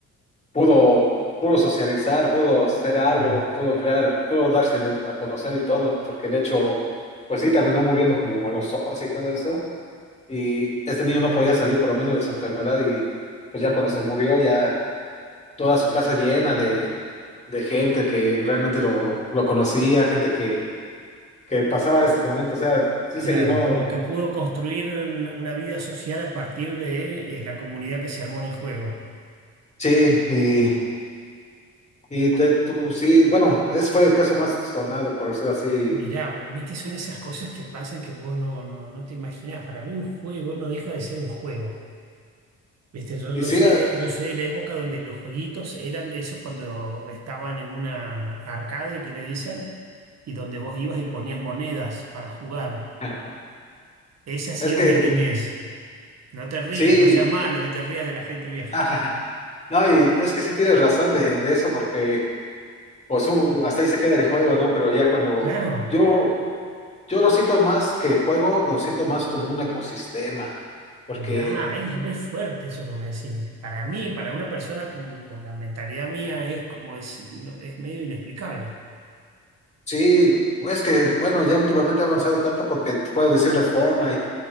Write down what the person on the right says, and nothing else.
claro,
claro.
Claro,
como que pudo construir un- una vida social a partir de eh, la comunidad que se armó en el juego.
Mirá, viste, son esas cosas que pasan que vos no, no, no te imaginás. Para mí un juego no deja de ser un juego. Viste, yo,
yo
soy de, yo soy de la época donde los jueguitos eran de esos cuando estaban en una arcade que le dicen, y donde vos ibas y ponías monedas para jugar.
Esa ha sido
mi niñez. No te rías,
no seas malo, no te rías de la gente vieja.
Claro.
Ah, es re fuerte eso que me decís. Para mí, para una persona con, con la mentalidad mía, es como decir, no, es medio inexplicable.